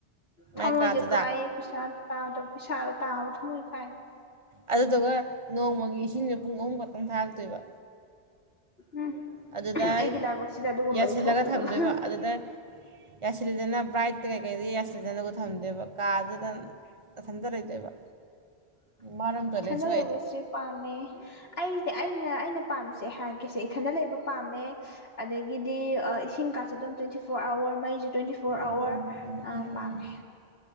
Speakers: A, on the left (about 65°); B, on the right (about 30°).
A: ꯊꯝꯃꯣꯏꯁꯦ
B: ꯃꯥꯏ ꯀꯥꯗꯨꯗ
A: ꯀꯥꯏꯌꯦ ꯄꯩꯁꯥꯗꯣ ꯇꯥꯗꯕ ꯄꯩꯁꯥꯗꯣ ꯇꯥꯕ ꯊꯝꯃꯣꯏꯁꯦ
B: ꯑꯗꯨꯗꯨꯒꯥ ꯅꯣꯡꯃꯥꯒꯤ ꯏꯁꯤꯡꯁꯨ ꯄꯨꯡ ꯑꯍꯨꯝ ꯈꯛꯇꯪ ꯊꯥꯔꯛꯇꯣꯏꯕ
A: ꯎꯝ
B: ꯑꯗꯨꯗ
A: ꯑꯩꯒꯤ ꯂꯥꯏꯕꯛꯁꯤꯗ ꯑꯗꯨꯒꯨꯝꯕꯗꯤ
B: ꯌꯥꯁꯤꯜꯂꯒꯥ
A: ꯊꯣꯛꯇꯗꯕ
B: ꯊꯝꯗꯣꯏꯕ ꯑꯗꯨꯗ ꯌꯥꯁꯤꯂꯦꯗꯅꯥ ꯕ꯭ꯔꯥꯠꯇꯥ ꯀꯩꯀꯩꯗꯥ ꯌꯥꯁꯤꯟꯖꯅꯕꯥ ꯊꯝꯗꯨꯏꯕꯥ ꯀꯥꯗꯨꯗ ꯅꯊꯟꯇꯥ ꯂꯩꯗꯣꯏꯕ
A: <inaudible>
B: ꯃꯥꯅ ꯑꯝꯇ
A: ꯏꯊꯟꯗꯥ
B: ꯂꯩꯁꯨ
A: ꯂꯩꯕꯁꯦ
B: ꯑꯩꯗꯤ
A: ꯄꯥꯝꯃꯦ ꯑꯩꯗꯤ ꯑꯩꯅ ꯑꯩꯅ ꯄꯥꯝꯃꯤꯁꯦ ꯑꯩ ꯍꯥꯏꯒꯦꯁꯦ ꯏꯊꯟꯗꯥ ꯂꯩꯕ ꯄꯥꯝꯃꯦ ꯑꯗꯥꯒꯤꯗꯤ ꯏꯁꯤꯡ ꯀꯥꯁꯦ ꯑꯗꯨꯝ ꯇ꯭ꯋꯦꯟꯇꯤ ꯐꯣꯔ ꯑꯋꯥꯔ ꯃꯩꯁꯨ ꯇ꯭ꯋꯦꯟꯇꯤ ꯐꯣꯔ
B: ꯎꯝ
A: ꯑꯋꯥꯔ
B: ꯎꯝ ꯎꯝ
A: ꯑ
B: ꯎꯝ
A: ꯄꯥꯝꯃꯦ
B: ꯎꯝ